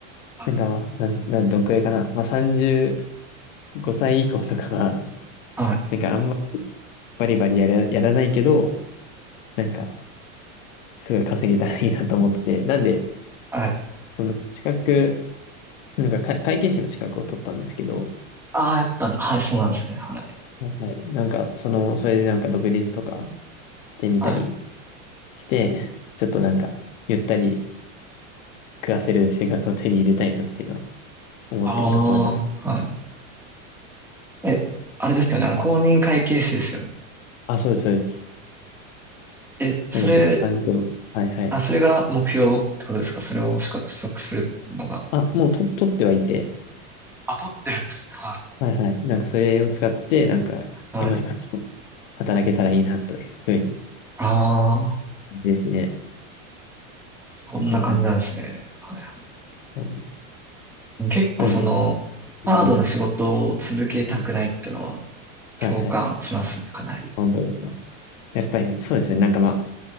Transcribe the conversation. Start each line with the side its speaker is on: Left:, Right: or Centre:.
Centre: はい、
Left: なんか、なん、なん、どんくらいかな。まあ、35歳以降とかは、
Centre: はい。
Left: なんかあんまりバリバリやら、やらないけど、なんか、すごい稼げたらいいなと思ってて。なんで、
Centre: はい。
Left: その資格、なんか、か会計士の資格を取ったんですけど、
Centre: ああ、やっぱ、はい、そうなんですね。はい、
Left: はい。なんか、その、それでなんか独立とかしてみたり
Centre: はい。
Left: して、ちょっとなんか、ゆったり暮らせる生活を手に入れたいなっていうのは思ってるところではあり
Centre: ああ、はい。え、あれですよね。あの、公認会計士ですよね。
Left: あ、そうです、そうです。
Centre: え、それ、
Left: なんで、ちょっと、あのはい、はい。
Centre: あ、それが目標ってことですかそれをしか取得するのが。
Left: あ、もうと、取ってはいて、
Centre: あ、取ってるんですね。は
Left: はいはい。なんかそれを使って、なんか、
Centre: い。はい。
Left: 今よりも働けたらいいなというふうに
Centre: ああ、
Left: ですね。
Centre: そんな感じなんですね。
Left: うん。
Centre: はい
Left: そう
Centre: 結構その、
Left: なんで、うん。
Centre: ハードな仕事を続けたくないってのは
Left: うんはいはい。
Centre: 共感しますね、かなり。
Left: なんでですか。やっぱりそうですよね。なんかま